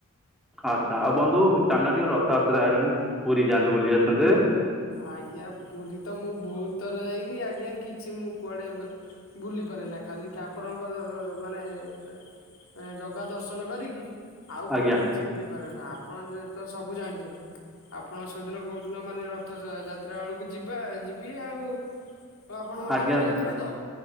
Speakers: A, in the centre; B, on the left (about 70°).
A: ଆଚ୍ଛା ଆଉ ବନ୍ଧୁ ଚାଲୁନ ଟିକେ ରଥଯାତ୍ରା ଆଇଲାଣି ପୁରୀ ଯାଆନ୍ତେ ବୁଲି ଆସନ୍ତେ।
B: ଆଜ୍ଞା ପୁରୀ ତ ମୁଁ ବହୁତ ଥର ଯାଇଛିି ଆଜ୍ଞା କିଛି ମୁଁ କୁଆଡେ ଏବେ ବୁଲିପାରେନା ଖାଲି ଠାକୁରଙ୍କ ମାନେ ଅ ଜଗା ଦର୍ଶନ କରିକି ଆଉ
A: ଆଜ୍ଞା
B: କୁଆଡେ କି କିଛି ବୁଲିପାରେନା ଆପଣ ଯେହେତୁ ତ ସବୁ ଜାଣିଛନ୍ତି ଆପଣ ସେଦିନ କୋଉଦିନ ମାନେ ର ରଥ ଯା ଯାତ୍ରା ବେଳକୁ ଯିବା ଯିବି ଆଉ ଆପଣ ମୋତେ
A: ଆଜ୍ଞା
B: ବୁଲେଇ ଦେବେ ତ!